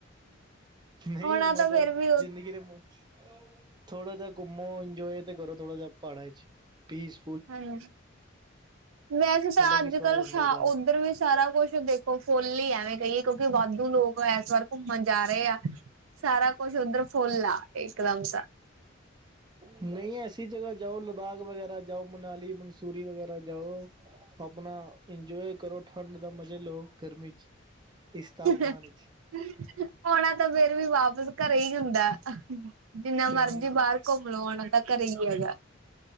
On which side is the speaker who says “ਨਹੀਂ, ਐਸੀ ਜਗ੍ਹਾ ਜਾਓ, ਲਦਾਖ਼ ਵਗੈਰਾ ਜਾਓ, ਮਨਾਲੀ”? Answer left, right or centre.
Right